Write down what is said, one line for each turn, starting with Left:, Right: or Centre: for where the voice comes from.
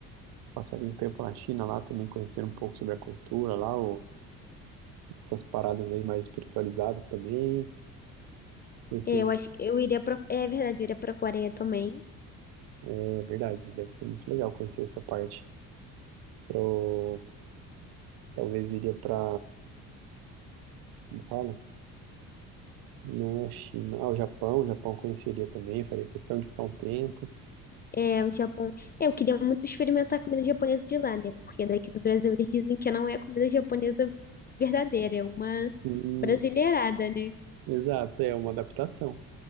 Right: Passaria um tempo na China lá também, conhecer um pouco sobre a cultura lá, ou essas paradas aí mais espiritualizadas também. Conhecer,
Left: É, Eu acho, eu iria pro, é verdade, eu iria pra Coreia também.
Right: é verdade, deve ser muito legal conhecer essa parte. Pro, talvez iria para, como fala? Não é a China. Ah, o Japão, o Japão eu conheceria também, faria questão de ficar um tempo.
Left: É, o Japão. é, Eu queria muito experimentar a comida japonesa de lá, né? Porque daqui do Brasil eles dizem que não é a comida japonesa verdadeira, é uma
Right: Hum,
Left: brasileirada, né?
Right: exato, é uma adaptação.